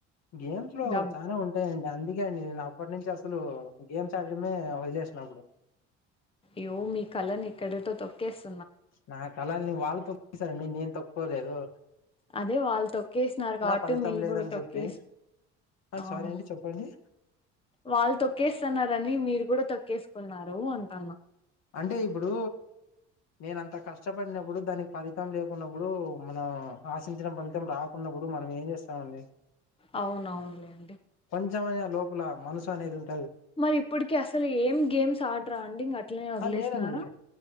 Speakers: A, on the left; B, on the left.
A: గేమ్స్ లో
B: డబ్
A: చానా ఉంటాయండి. అందుకే అండి నేను అప్పటి నుంచి అసలు గేమ్స్ ఆడడమే వదిలేసినప్పుడు.
B: యో మీ కళని ఇక్కడతో తొక్కేస్త
A: నా కళని వాళ్ళు. తొక్కేసారండి నేను తప్పలేదు.
B: అదే వాళ్ళు తొక్కేసినారు కాబట్టి,
A: ఫలితం
B: మీరు
A: లేదని
B: కూడా తొక్కేసి
A: చెప్పి ఆ,
B: అవును
A: సారీ అండి చెప్పండి
B: వాళ్ళు తొక్కేస్ ఇస్తున్నారని మీరు కూడా తొక్కేసుకున్నారు అంటన్నా
A: అంటే ఇప్పుడు నేను అంత కష్టపడినప్పుడు దానికి ఫలితం లేకున్నప్పుడు మనం ఆశించిన ఫలితం రాకున్నప్పుడు ఇప్పుడు మనం ఏం చేస్తామండి
B: అవునవును
A: ఎంతైనా లోపల మనసు అనేది ఉంట
B: మరి ఇప్పటికి అసలు ఏం గేమ్స్ ఆడరా అండి ఇంక అట్లనే వదిలేసినారా.
A: ఆ లేదండి